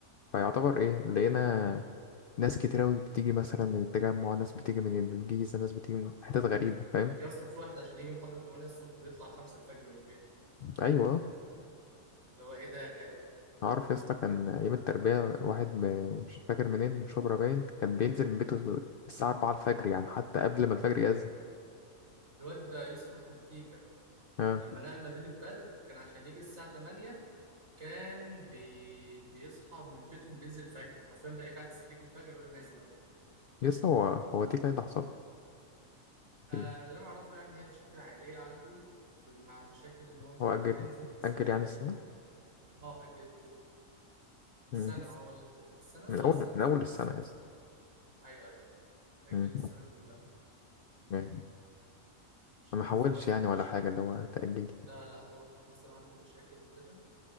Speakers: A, on the left (about 65°); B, on the right (about 70°).
A: فيعتبر إيه لقينا ناس كتير أوي بتيجي مثلا من التجمع ناس بتيجي من الجيزة ناس بتيجي من حتت غريبة فاهم
B: يا اسطى في واحد عشان يجي محاضرة 8 الصبح بيطلع 5 الفجر من بيته
A: أيوه
B: اللي هو ايه ده يا غالي
A: عارف يا اسطى كان ايام التربيه واحد م- مش فاكر منين من شبرا باين كان بينزل من بيته الساعه 4 الفجر يعني حتى قبل ما الفجر يأذن
B: الواد ده يوسف أحمد تيكا
A: اه
B: لما نقل مدينة بدر كان عشان يجي الساعة 8 كان بي... بيصحى من بيتهم بينزل الفجر حرفيا بلاقيه بعد تستريك الفجر ولا نازل اهو
A: يا اسطى هو هو دي كان اللي حصل
B: آه
A: له
B: اللي انا اعرفه يعني هي مشاكل عائلية عنده في... مع مشاكل ان هو مش
A: هو
B: هيقدر
A: اجل
B: ينزل بسبب
A: اجل يعني السنه
B: ال... اه اجل الترم
A: مم.
B: السنة اه ولا الت... السنة
A: من
B: اه
A: اول
B: السنة
A: من اول
B: اجل
A: السنه
B: السنة
A: يا اسطى
B: ايوه ايوه اجل
A: مم.
B: السنة كلها
A: يعني
B: عشان
A: ما حولش
B: حصل عنده
A: يعني
B: مشاكل
A: ولا حاجه اللي هو تأجيل
B: لا لا هو كان حصل عنده مشاكل وكده